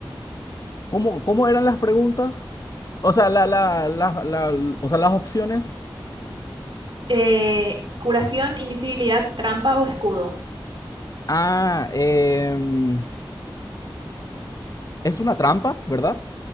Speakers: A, on the left; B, on the right.
A: ¿Cómo, cómo eran las preguntas? O sea, la, la, la- la- o sea, las opciones.
B: Eh, curación, invisibilidad, trampa o escudo.
A: Ah, em, es una trampa, ¿verdad?